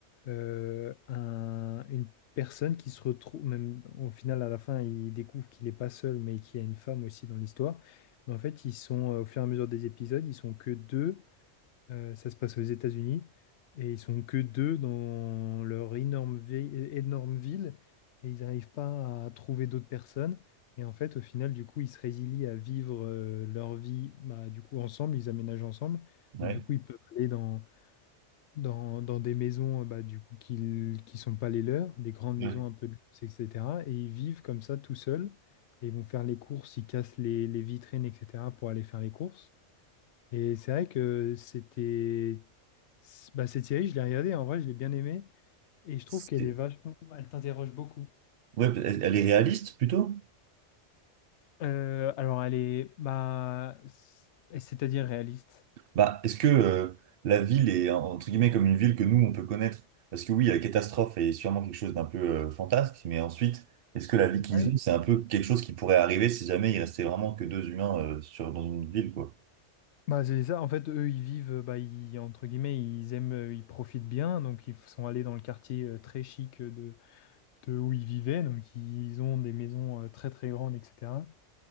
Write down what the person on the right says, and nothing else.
Ouais.
Ouais.
C'est-
ouais, elle elle est réaliste plutôt?
Bah, est-ce que euh, la ville est entre guillemets comme une ville que nous on peut connaître? Parce que oui, la catastrophe est sûrement quelque chose d'un peu euh, fantasque, mais ensuite, est-ce que la vie qu'ils
ont, c'est un peu quelque chose qui pourrait arriver si jamais il restait vraiment que deux humains euh, sur dans une ville, quoi?